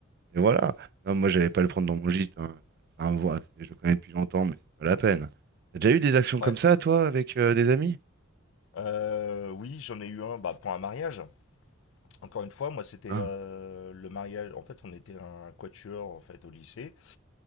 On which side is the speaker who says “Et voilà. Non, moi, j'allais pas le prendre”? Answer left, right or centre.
Right